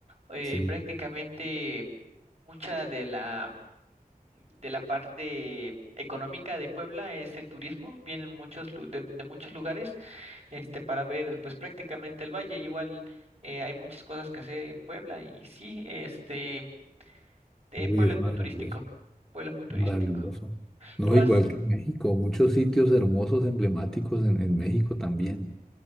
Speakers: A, on the right; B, in the centre.
A: eh,
B: Sí.
A: prácticamente mucha de la de la parte económica de Puebla es el turismo, vienen muchos lu- de de muchos lugares este, para ver pues prácticamente el valle. Igual eh, hay muchas cosas que hacer en Puebla y sí, este, eh,
B: Uy,
A: Puebla
B: es
A: es
B: maravilloso,
A: muy turístico. Puebla es muy turístico.
B: maravilloso. No,
A: ¿Tú has,
B: igual que en México, muchos sitios hermosos, emblemáticos en en México también.